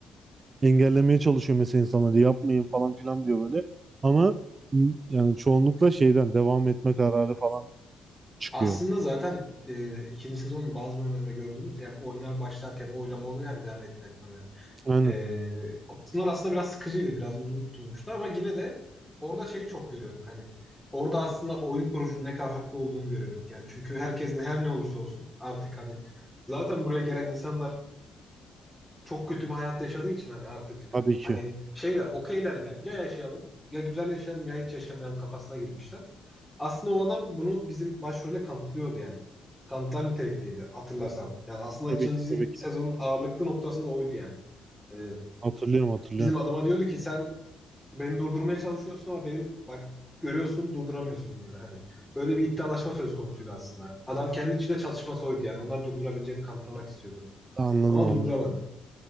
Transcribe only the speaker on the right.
Engellemeye çalışıyor mesela insanları yapmayın falan filan diyor böyle. Ama m, yani çoğunlukla şeyden devam etme kararı falan çıkıyor.
Aynen.
Tabii ki.
Tabii
ki tabii ki.
Hatırlıyorum hatırlıyorum.
Anladım
anladım.